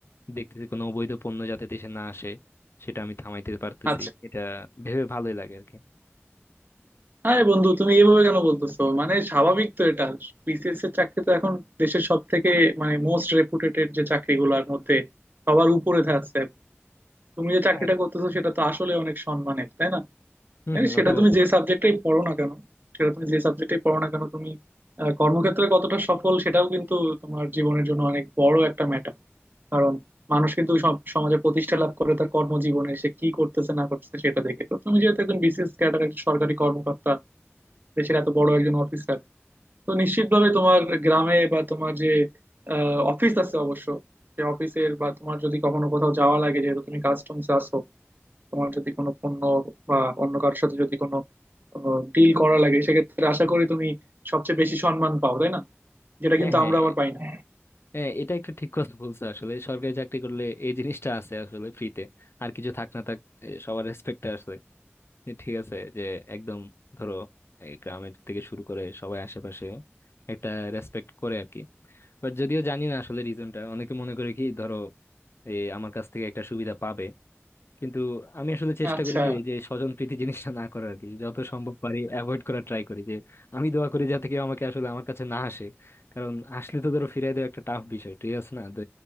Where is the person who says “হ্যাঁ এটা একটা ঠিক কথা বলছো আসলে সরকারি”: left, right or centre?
Left